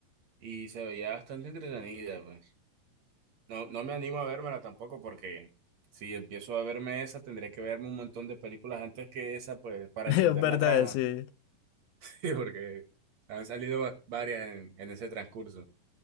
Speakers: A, on the right; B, on the left.
A: Y se veía bastante entretenida, pues. No, no me animo a vérmela tampoco porque si empiezo a verme esa, tendré que verme un montón de películas antes que esa, pues,
B: <laughs>
A: para
B: Es
A: entender
B: verdad,
A: la trama.
B: sí.
A: <laughs> Sí, porque han salido va- varias en, en ese transcurso.